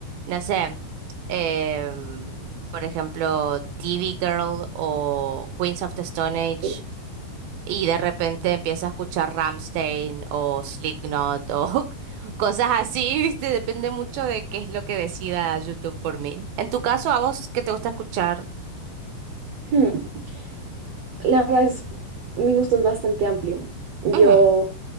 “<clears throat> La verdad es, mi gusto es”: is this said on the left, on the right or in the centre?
Right